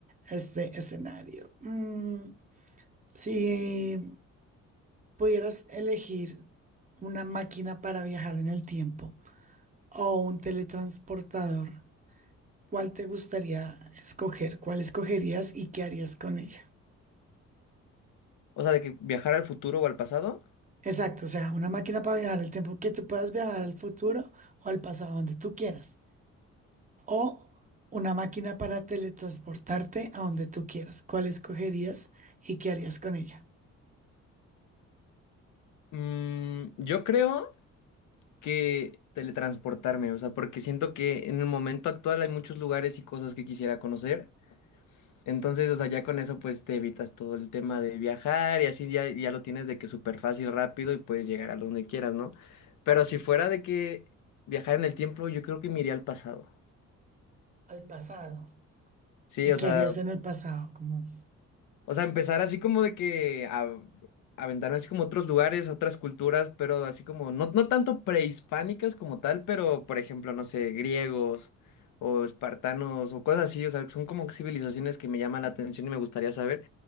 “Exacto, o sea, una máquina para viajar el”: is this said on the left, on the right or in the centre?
Right